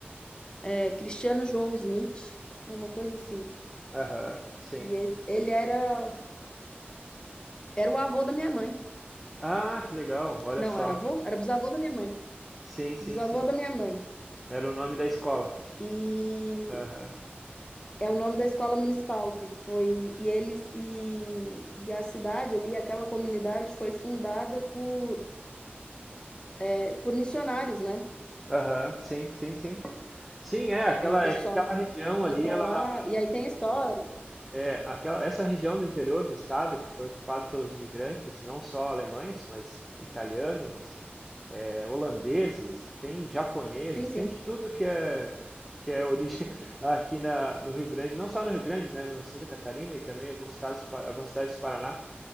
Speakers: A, on the left (about 25°); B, in the centre.
A: é, Cristiano João Smith, é uma coisa assim.
B: Aham, sim.
A: E esse- ele era, era o avô da minha mãe.
B: Ah, que legal, olha
A: Não,
B: só.
A: era avô? Era bisavô da minha mãe.
B: Sim, sim,
A: Bisavô
B: sim.
A: da minha mãe.
B: Era o nome da escola.
A: E
B: Aham.
A: É o nome da escola municipal que foi e eles e, e a cidade ali, aquela comunidade foi fundada por é, por missionários, né?
B: Aham, sim, sim, sim. Sim, é, aquela,
A: Aí o pessoal
B: é que aquela região
A: foi
B: ali,
A: pra
B: ela
A: lá e aí tem a história.
B: É, Aquela, essa região do interior do estado que foi ocupada pelos imigrantes, não só alemães, mas italianos, eh, holandeses, tem japoneses,
A: Sim, sim.
B: tem de tudo que é que é origem <laughs> aqui na, no Rio Grande, não só no Rio Grande, né, no Santa Catarina e também alguns estados, do pa- algumas cidades do Paraná.